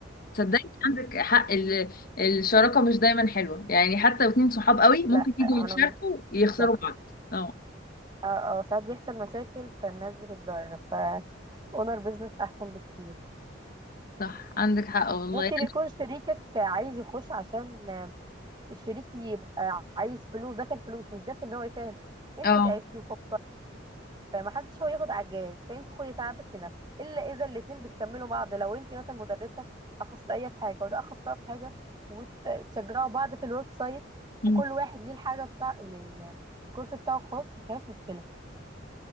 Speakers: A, on the left; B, on the right.
A: صدقني عندك حق ال- الشراكه مش دايما حلوه يعني حتى لو اتنين صحاب قوي ممكن
B: لا
A: يجوا
B: انا
A: يتشاركوا
B: م-
A: يخسروا
B: بالظبط
A: بعض اه
B: اه اه ساعات بيحصل مشاكل فالناس بتتضرر فاونر بزنس احسن بكتير
A: صح عندك حق والله
B: ممكن يكون شريكك عايز يخش عشان الشريك يبقى عايز فلوس داخل فلوس مش داخل ان هو يفهم انت
A: اه
B: تعبتي وفكر فمحدش هو ياخد على الجهاز فانت خدي تعبك لنفسك الا اذا الاتنين بتكملوا بعض لو انت مثلا مدرسه اخصائيه في حاجه وده اخصائي في حاجه وتشجعوا بعض في الويب سايت
A: مم.
B: وكل واحد ليه الحاجه بتاع الكورس بتاعه خاص مفيهاش مشكله